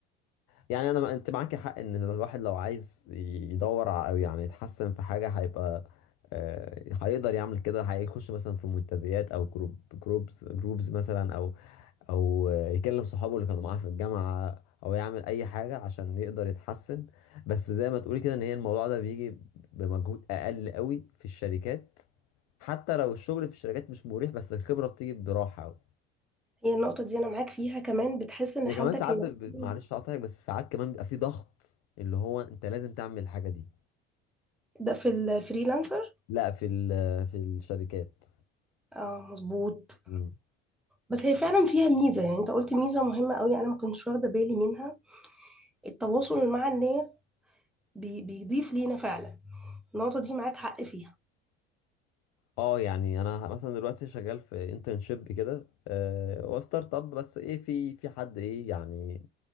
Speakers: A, on the left (about 60°); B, in the centre.
A: يعني انا ما انت معاكي حق ان الواحد لو عايز يدور ع- او يعني يتحسن في حاجه هيبقى آه، هيقدر يعمل كده هيخش مثلا في منتديات او جروب جروبز جروبز مثلا او او آه، يكلم صحابه اللي كانوا معاه في الجامعه او يعمل اي حاجه عشان يقدر يتحسن بس زي ما تقولي كده ان هي الموضوع ده بيجي بمجهود اقل قوي في الشركات حتى لو الشغل في الشركات مش مريح بس الخبره بتيجي براحه قوي
B: هي النقطه دي انا معاك فيها كمان بتحس ان
A: ده
B: حالتك
A: كمان ساعات
B: النفسيه
A: ب... ب- معلش هقطعك بس ساعات كمان بيبقى في ضغط اللي هو انت لازم تعمل الحاجه دي
B: ده في الفريلانسر
A: لا في ال... في الشركات
B: اه مظبوط
A: مم.
B: بس هي فعلا فيها ميزه يعني انت قلت ميزه مهمه قوي انا ما كنتش واخده بالي منها التواصل مع الناس بي بيضيف لينا فعلا النقطه دي معاك حق فيها
A: اه يعني انا مثلا دلوقتي شغال في انترنشيب كده آه، هو ستارت اب بس ايه في في حد ايه يعني